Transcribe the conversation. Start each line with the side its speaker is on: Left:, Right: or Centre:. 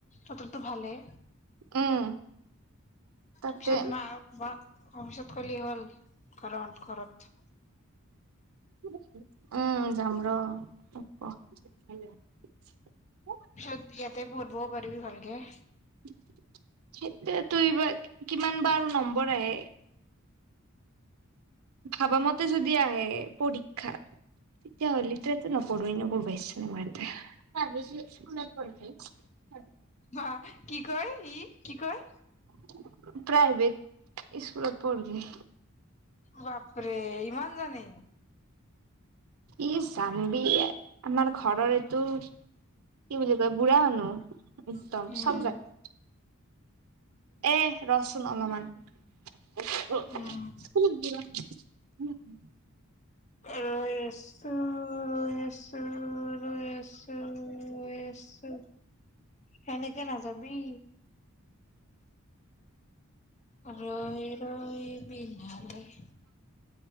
Left: বতৰটো ভালহে।
Right: উম, তাতে
Left: পিছত মা আৰু <unintelligible> কলি হল কাৰণ ঘৰত।
Right: <unintelligible> উম যাম ৰহ <unintelligible>
Left: থাক ইয়াতে পৰভো পাৰিবি ভালকে।
Right: <inaudible> সেটোৱে তুই বা কিমান বা আৰু নম্বৰ আহে। ভাবা মতে যদি আহে পৰীক্ষাত তেতিয়াহলি ত এতে নপঢ়ো এনেও পঢ়ব ইচ্ছা নাই মোৰ এতে প্ৰাইভেট স্কুলত পঢ়বি প্ৰাইভেট।
Left: অহ কি কয় ই কি কয়?
Right: <inaudible> প্ৰাইভেট স্কুলত পঢ়বি।
Left: বাপৰে ইমান জানে।
Right: ই জানবি ইয়া আমাৰ ঘৰৰ এইটো কি বুলি কয় বুঢ়া মানুহ একদম
Left: উম
Right: চব জানে। এ ৰহ চোন অলমান। <unintelligible>
Left: উম <unintelligible> <unintelligible> চোৰ। ৰৈ আছো- ৰৈ আছো তেনেকে নাযাবি ৰৈ ৰৈ বিনালে <inaudible>